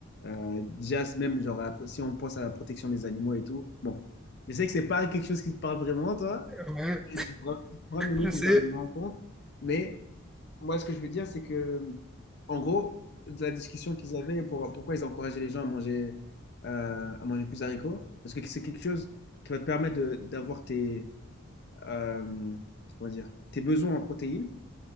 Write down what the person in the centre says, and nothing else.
ouais,
je
sais,